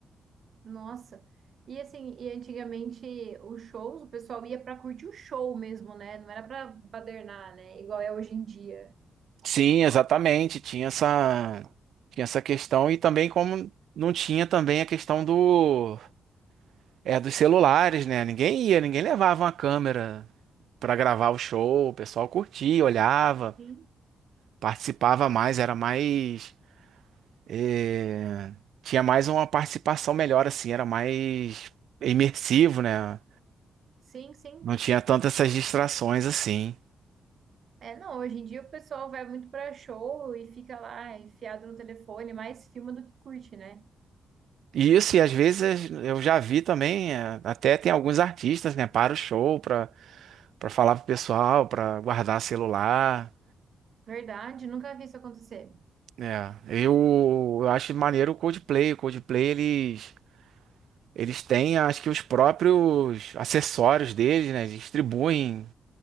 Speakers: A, on the right; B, on the right.
A: Nossa. E assim, e antigamente os shows, o pessoal ia pra curtir o show mesmo, né? Não era pra badernar, né? Igual é hoje em dia.
B: Sim, exatamente, tinha essa, tinha essa questão e também como não tinha também a questão do, é, dos celulares, né? Ninguém ia, ninguém levava uma câmera pra gravar o show, o pessoal curtia, olhava,
A: Sim.
B: participava mais, era mais, eh, tinha mais uma participação melhor assim, era mais imersivo, né?
A: Sim, sim.
B: Não tinha tantas essas distrações assim.
A: É, não, hoje em dia o pessoal vai muito pra show e fica lá enfiado no telefone, mais filma do que curte, né?
B: E isso, e às vezes eu já vi também, é, até tem alguns artistas, né, para o show, para para falar pro pessoal, para guardar celular,
A: Verdade, nunca vi isso acontecer.
B: né? Eu, eu acho maneiro o Coldplay, o Coldplay eles eles têm, acho que os próprios acessórios deles, né, eles distribuem